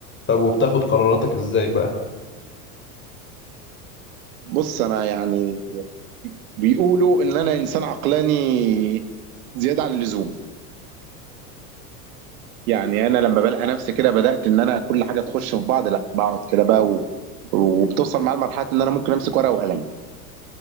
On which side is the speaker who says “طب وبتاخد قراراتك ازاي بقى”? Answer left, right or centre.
Left